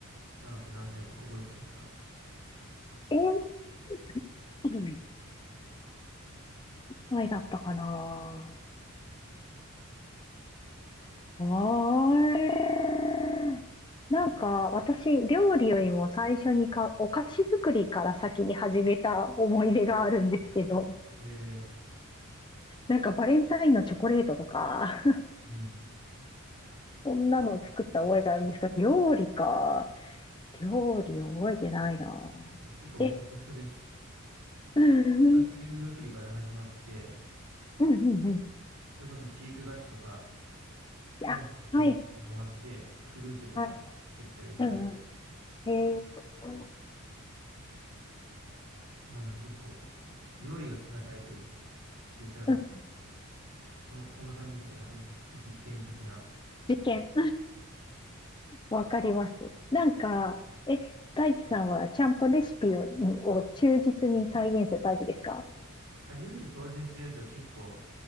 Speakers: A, on the right; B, on the left.
A: したのって何歳とか覚えてますか
B: えー、いくらぐらいだったかなあれ。なんか、私、料理よりも最初にか、お菓子作りから先に始めた思い出があるんですけど、
A: え
B: なんかバレンタインのチョコレートとか、<laughs>
A: ー、うん。い
B: そんなのを作った覚えがあるんですが、料理か。料理覚えてないな。
A: や結構僕も一緒です。
B: え、うんうん
A: 菓子作りから始まって、
B: うんうんうん。
A: それこそ飼育菓子とか、そういうの子供がハマって、
B: あ、はい
A: フルーチェとか言ったりして、
B: はいはい。うんうん。へえ。うん
A: あの、結構、料理が好きなタイプって多分、
B: うん。
A: そ、そんな感じですよ。なんか、実験的な。
B: 実験。わかります。なんか、え、大地さんはちゃんとレシピを、にを忠実に再現するタイプですか
A: 初めて挑戦するやつは結構、